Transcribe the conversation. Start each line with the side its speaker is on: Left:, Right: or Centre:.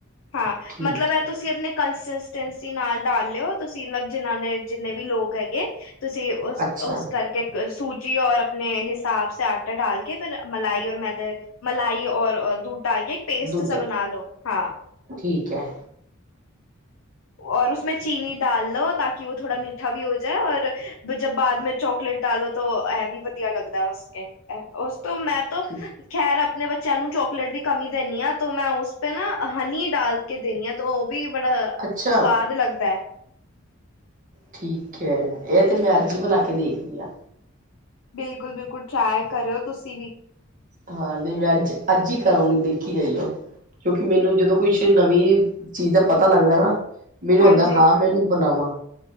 Left: ਹਾਂ,
Right: ਠੀਕ
Left: ਮਤਲਬ
Right: ਹੈ
Left: ਇਹ ਤੁਸੀਂ ਆਪਣੇ ਕਲਸਸ ਨਾਲ ਡਾਲ ਲਿਓ, ਤੁਸੀਂ ਜਿਨਾਂ ਦੇ ਜਿੰਨੇ ਵੀ ਲੋਕ ਹੈਗੇ ਤੁਸੀਂ ਉਸ-ਉਸ
Right: ਅੱਛਾ
Left: ਕਰਕੇ ਸੂਜੀ ਔਰ ਆਪਣੇ ਹਿਸਾਬ ਸੇ ਆਟਾ ਡਾਲ ਕੇ ਫਿਰ ਮਲਾਈ ਔਰ ਮੈਦੇ ਮਲਾਈ ਔ ਦੂਧ ਡਾਲ ਕੇ ਇੱਕ ਪੇਸਟ
Right: ਦੁੱਧ
Left: ਸਾ ਬਣਾ ਲੋ ਹਾਂ।
Right: ਠੀਕ ਹੈ।
Left: ਔਰ ਉਸ ਮੇ ਚੀਨੀ ਡਾਲ ਲੋੋ ਤਾਂਕਿ ਉਹ ਥੋੜਾ ਮੀਠਾ ਵੀ ਹੋ ਜਾਏ ਔਰ ਜਬ ਬਾਅਦ ਮੇ ਚੌਕ ਚਕਲੇਟ ਡਾਲੋ ਤੋ ਇਹ ਵੀ ਵਧੀਆ ਲੱਗਦਾ ਉਸਕੇ ਉਸ ਤੋਂ ਮੈਂ ਤਾਂ
Right: ਠੀ
Left: ਖੈਰ ਆਪਣੇ ਬੱ ਚਿਆਂ ਨੂੰ ਚੋਕਲੇਟ ਵੀ ਕਮੀ ਦੇਨੀ ਆਂ ਤੋ ਮੈਂ ਉਸ ਪੇ ਨਾ ਹਨੀ ਡਾਲ ਕੇ ਦੇਂਨੀ ਹਾਂ ਤੇ ਉਹ ਵੀ ਬੜਾ
Right: ਅੱਛਾ
Left: ਸਵਾਦ ਲੱਗਦਾ ਹੈ।
Right: ਠੀਕ ਹੈ, ਇਹ ਤੇ ਮੈਂ ਅੱਜ ਹੀ ਬਣਾ ਕੇ ਦੇਖਦੀ ਆਂ।
Left: ਬਿਲਕੁਲ-ਬਿਲਕੁਲ ਟਰਾਈ ਕਰਿਓ ਤੁਸੀਂ ਵੀ।
Right: ਹਾਂ, ਨਹੀਂ ਮੈਂ ਅੱਜ, ਅੱਜ ਹੀ ਕਰਾਂਗੀ ਦੇਖੀ ਜਾਈਓ ਕਿਉਂਕਿ ਮੈਨੂੰ ਜਦੋਂ ਕੁਛ ਨਵੀਂ ਚੀਜ਼ ਦਾ ਪਤਾ ਲੱਗਦਾ ਨਾ ਮੈਨੂੰ
Left: ਹਾਂਜੀ
Right: ਆਉਦਾ ਹਾਂ ਮੈਂ ਇਹਨੂੰ ਬਣਾਵਾਂ।